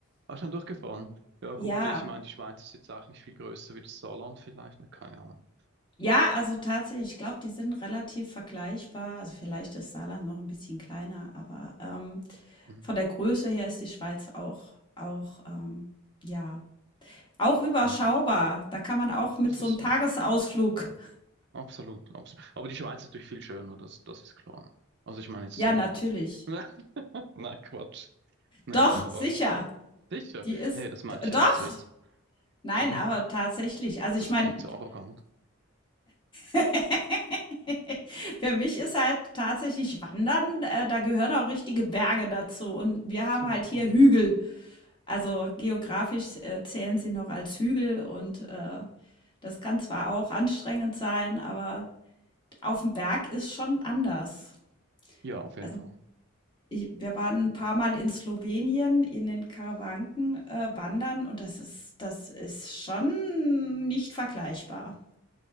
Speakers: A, on the right (about 50°); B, on the left (about 20°).
A: hast du schon durchgefahren. Ja, gut,
B: Ja.
A: ich meine, die Schweiz ist jetzt auch nicht viel größer wie das Saarland vielleicht, ne? Keine Ahnung.
B: Ja, also tatsächlich, ich glaube, die sind relativ vergleichbar. Also vielleicht ist Saarland noch ein bisschen kleiner, aber ähm,
A: Mhm.
B: von der Größe her ist die Schweiz auch, auch ähm, ja, auch überschaubar.
A: Endlich, ne?
B: Da kann man auch mit
A: Das
B: so
A: ist
B: einem
A: so.
B: Tagesausflug. <laughs>
A: Absolut, absolut. Aber die Schweiz ist natürlich viel schöner, das, das ist klar. Ne? Also ich meine jetzt
B: Ja,
A: zum
B: natürlich.
A: Wandern. <laughs> Nein, Quatsch. Nee,
B: Doch,
A: das war
B: sicher.
A: sicher.
B: Die ist,
A: Nee, das meinte
B: d-
A: ich ja,
B: doch.
A: das ist Witz.
B: Nein,
A: Mhm.
B: aber tatsächlich. Also ich
A: Das
B: meine,
A: klingt so arrogant.
B: <laughs> Für mich ist halt tatsächlich Wandern, äh, da gehören auch richtige Berge dazu. Und wir
A: Ach
B: haben
A: so.
B: halt hier
A: Mhm.
B: Hügel. Also geografisch äh, zählen sie noch als Hügel und äh, das kann zwar auch anstrengend sein, aber auf dem Berg ist schon anders.
A: Ja, auf jeden
B: Also
A: Fall.
B: ich, wir waren ein paar Mal in Slowenien in den Karawanken äh, wandern und das ist, das ist schon nicht vergleichbar.